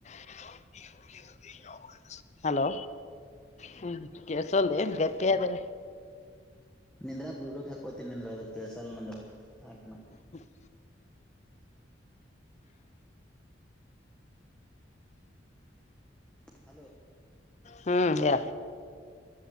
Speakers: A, on the left; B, in the centre.
A: <inaudible> ಹಲೋ ಹ್ಮ ಕೆಸ ಅಂದೆ ಗಪಿದ
B: ನಿಂದ್ರ ಬ್ಲೂಟೂತ್ ಹಾಕೋತಿನನಿ ನಿಂದ್ರ ಅದ ಕೆಳ್ಸ ಅಲ್ಲಂದ್ರ ಯಾಕ
A: ಹ <inaudible>
B: ಹಲೋ
A: ಹ್ಮ್ ಯ